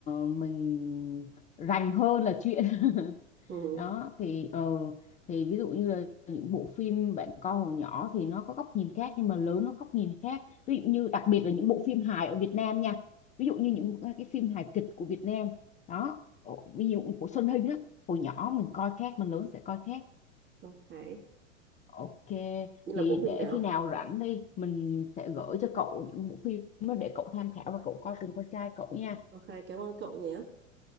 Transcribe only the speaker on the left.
mình rành hơn là chuyện <laughs>
đó thì ờ, thì ví dụ như là những bộ phim bạn coi hồi nhỏ thì nó có góc nhìn khác nhưng mà lớn nó góc nhìn khác ví dụ như đặc biệt là những bộ phim hài ở Việt Nam nha ví dụ như những cái phim hài kịch của Việt Nam đó ví dụ của Xuân Hinh á hồi nhỏ mình coi khác mình lớn sẽ coi khác
Ok,
thì
để
khi nào rảnh đi, mình sẽ gửi cho cậu những bộ phim đó để cậu tham khảo và cậu coi cùng con trai cậu nha.